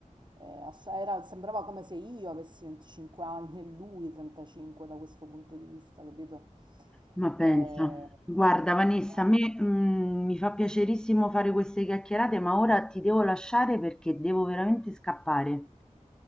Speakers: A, on the right; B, in the centre.
A: eh, ass- era- sembrava come se io avessi 25 anni e lui 35 da questo punto di vista, capito?
B: ma pensa,
A: Eh,
B: guarda Vanessa,
A: no.
B: a me mm, mi fa piacerissimo fare queste chiacchierate, ma ora ti devo lasciare perché devo veramente scappare.